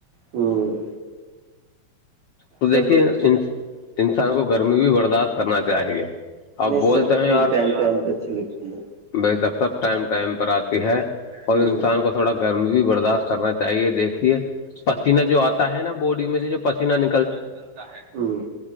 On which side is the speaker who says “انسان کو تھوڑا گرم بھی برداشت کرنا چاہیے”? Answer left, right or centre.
Left